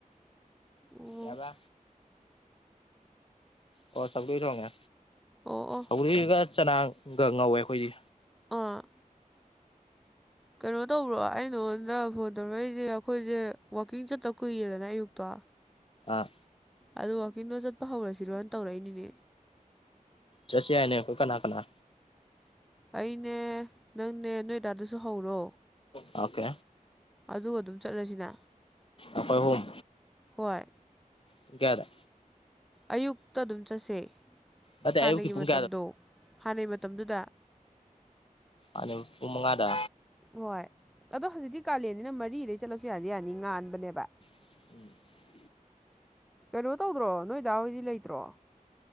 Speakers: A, in the centre; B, on the left (about 40°).
A: ꯎꯝ
B: ꯌꯥꯕ꯭ꯔꯥ ꯑꯣ ꯁꯧꯒꯔꯤ ꯊꫭꯡꯉꯦ
A: ꯑꯣ ꯑꯣ
B: ꯁꯧꯒꯔꯤꯒ ꯆꯅꯥꯒ ꯉꯧꯋꯦ ꯑꯩꯈꯣꯏꯗꯤ
A: ꯑꯥ ꯀꯩꯅꯣ ꯇꯧꯕ꯭ꯔꯣ ꯑꯩ ꯅꯉꯣꯟꯗ ꯐꯣꯟ ꯇꯧꯔꯛꯏꯁꯦ ꯑꯩꯈꯣꯏꯁꯦ ꯋꯥꯛꯀꯤꯡ ꯆꯠꯇ ꯀꯨꯏꯔꯦꯗꯅ ꯑꯌꯨꯛꯇꯣ
B: ꯑꯥ
A: ꯑꯗꯣ ꯋꯥꯀꯤꯡꯗꯣ ꯆꯠꯄ ꯍꯧꯔꯁꯤꯔꯣꯅ ꯇꯧꯔꯛꯏꯅꯤꯅꯦ
B: ꯆꯠꯁꯤ ꯍꯥꯏꯅꯦ ꯑꯩꯈꯣꯏ ꯀꯅꯥ ꯀꯅꯥ
A: ꯑꯩꯅꯦ ꯅꯪꯅꯦ ꯅꯣꯏꯗꯥꯗꯨꯁꯨ ꯍꯧꯔꯣ
B: ꯑꯣꯀꯦ
A: ꯑꯗꯨ ꯑꯗꯨꯝ ꯆꯠꯂꯖꯤꯅ
B: ꯑꯈꯣꯏ ꯑꯍꯨꯝ
A: ꯍꯣꯏ
B: ꯄꯨꯡ ꯀꯌꯥꯗ
A: ꯑꯌꯨꯛꯇ ꯗꯨꯝ ꯆꯠꯁꯦ
B: ꯅꯠꯇꯦ
A: ꯍꯥꯟꯅꯒꯤ
B: ꯑꯌꯨꯛꯀꯤ ꯄꯨꯡ
A: ꯃꯇꯝꯗꯣ ꯍꯥꯟꯅꯒꯤ ꯃꯇꯝꯗꯨꯗ
B: ꯑꯅꯝ ꯄꯨꯡ ꯃꯉꯥꯗ
A: ꯍꯣꯏ ꯑꯗꯣ ꯍꯧꯖꯤꯛꯇꯤ ꯀꯥꯂꯦꯟꯅꯤꯅ ꯃꯔꯤꯗꯩ ꯆꯠꯂꯁꯨ ꯌꯥꯗꯤ ꯌꯥꯅꯤ ꯉꯥꯟꯕꯅꯦꯕ
B: ꯎꯝ
A: ꯀꯩꯅꯣ ꯇꯧꯗ꯭ꯔꯣ ꯅꯣꯏ ꯗꯥ ꯍꯣꯏꯗꯤ ꯂꯩꯇ꯭ꯔꯣ